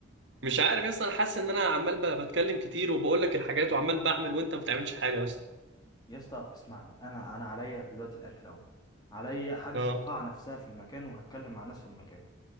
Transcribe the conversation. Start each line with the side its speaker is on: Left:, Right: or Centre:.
Right: مش عارف يا اسطى أنا حاسس إن أنا عمال ب- بتكلم كتير وبقول لك الحاجات وعمال بعمل وأنت ما بتعملش حاجة يا اسطى
Left: يا اسطى اسمعني انا انا عليا دلوقتي الاكل اهو عليا حجز
Right: أه
Left: القاعه نفسها في المكان وهتكلم مع ناس في المكان